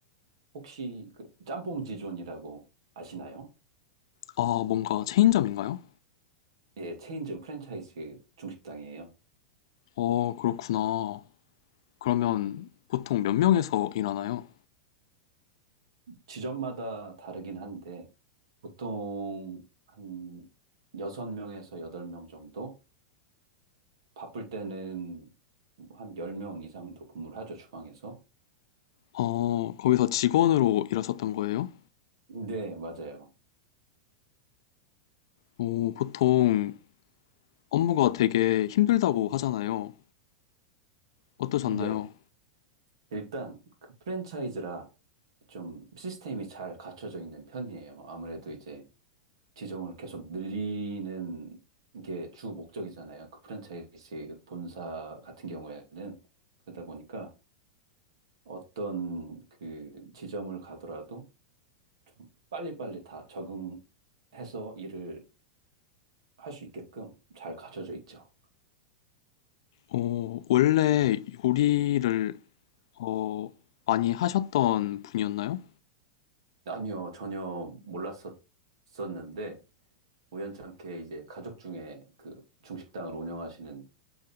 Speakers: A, on the right (about 75°); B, on the left (about 70°).
A: 혹시 그 짬뽕 지존이라고 아시나요?
B: 아, 뭔가 체인점인가요?
A: 예, 체인점 프랜차이즈 중식당이에요.
B: 어, 그렇구나. 그러면 보통 몇 명에서 일하나요?
A: 지점마다 다르긴 한데 보통 한 6명에서 8명 정도? 바쁠 때는 한 10명 이상도 근무를 하죠, 주방에서.
B: 어, 거기서 직원으로 일하셨던 거예요?
A: 네, 맞아요.
B: 오, 보통 업무가 되게 힘들다고 하잖아요. 어떠셨나요?
A: 네. 일단 그 프랜차이즈라 좀 시스템이 잘 갖춰져 있는 편이에요. 아무래도 이제 지점을 계속 늘리는 게 주 목적이잖아요. 그 프랜차이즈 본사 같은 경우에는 그러다 보니까 어떤 그 지점을 가더라도 좀 빨리빨리 다 적응해서 일을 할 수 있게끔 잘 갖춰져 있죠.
B: 어, 원래 요리를 어, 많이 하셨던 분이었나요?
A: 아니요, 전혀 몰랐었었는데 우연찮게 이제 가족 중에 그 중식당을 운영하시는